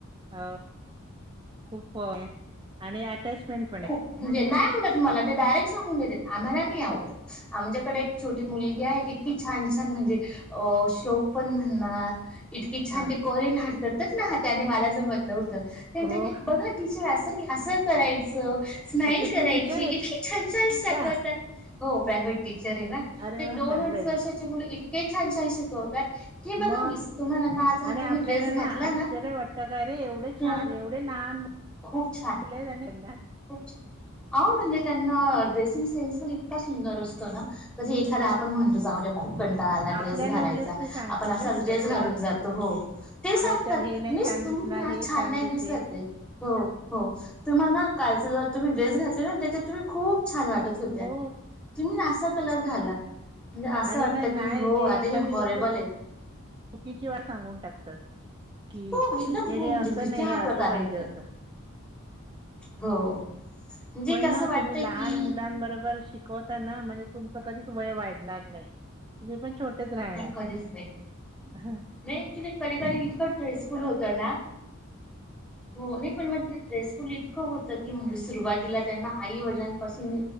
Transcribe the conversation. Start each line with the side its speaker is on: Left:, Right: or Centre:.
Right: अ खूप आहे आणि अटेचमेंट
Centre: खूप म्हणजे नाही आवडत मला ते डायरेक्ट सांगून देते आम्हाला नाही आवडत.
Right: हो
Centre: आमच्याकडे एक छोटी मुलगी आहे इतकी छान-छान म्हणजे अ श्लोक पण म्हणणार इतकी छान
Right: हा
Centre: ते कोरियन हार्ट करतात ना त्याने मला जमत नव्हतं तेन
Right: हो
Centre: ते बघा टीचर असं नाही असं करायचं स्माइल
Right: अच्छा
Centre: करायची
Right: तू टीचर आहे
Centre: इतकी छान-छान सा
Right: का
Centre: करतात हो प्रायव्हेट टी चर आहे ना
Right: अरे
Centre: ते
Right: वा
Centre: दोन
Right: चांगलं
Centre: आडीच
Right: आहे
Centre: वर्षाचे
Right: ना मग
Centre: मुलं इतके छान-छान शिकवतात. हे बघा
Right: म
Centre: मिस तुम्हाला ना आज हा
Right: आणि
Centre: तुम्ही
Right: आपल्याला
Centre: ड्रेस
Right: ना
Centre: घातला
Right: आश्चर्य वाटत काय रे एवढे
Centre: हम
Right: छान एवढे लहान मुले
Centre: खूप छान
Right: <unintelligible>
Centre: खूप छान हा म्हणजे त्यांना ड्रेसिंग सेन्स पण इतका सुंदर असतो ना कधी एखाद्या आपण म्हणतो जाऊ द्या खूप कं टाळा आला ड्रेस
Right: आपल्याला
Centre: घालायचा
Right: उलट ते सांगतील
Centre: आपण असाच
Right: हं ह्याच्यावर
Centre: ड्रेस घालून जातो हो. ते सांगतात
Right: ह्याच्यावर हे नाही
Centre: मिस
Right: छान
Centre: तुम्ही
Right: दिसणार
Centre: ना
Right: हे
Centre: आज छान नाही
Right: दिसेल
Centre: दिसत आहे हो हो तुम्हा ना का लचा जो तुम्ही ड्रेस घातलेला ना त्याच्यात तुम्ही खूप छान वाटत होत्या
Right: हो
Centre: तुम्ही असा कलर घाला. म्हणजे असं
Right: आणि
Centre: वाटत
Right: ना नाही
Centre: की हो
Right: जे
Centre: आता
Right: एखादी
Centre: हे हॉरेबल
Right: गोष्ट
Centre: आहे.
Right: चुकीची वा सांगून टाकतात की
Centre: हो एकदम
Right: हे
Centre: हो
Right: हे
Centre: म्हणजे
Right: असं
Centre: भीती
Right: नाही हे
Centre: हा
Right: असं
Centre: प्रकार
Right: पाहिजे
Centre: नाही त्यांना.
Right: होतं
Centre: हो. म्हणजे
Right: पण
Centre: कसं
Right: ना
Centre: वाटतंय
Right: तुम्ही लहान
Centre: की
Right: मुलांबरोबर शिक हो, त्यांना तुमचं कधीच वय वाढणार नाही, तुम्ही पण छ तिथेच राहणार
Centre: नाही कधीच नाही
Right: ह.
Centre: नाही, अक्चुली कधी कधी इतकं स्ट्रेसफुल होता, ना हो नाही पण मग स्ट्रेसफुल इतकं होत, की म्हणजे सुरुवातीला त्यांना आई वडिलांन पासून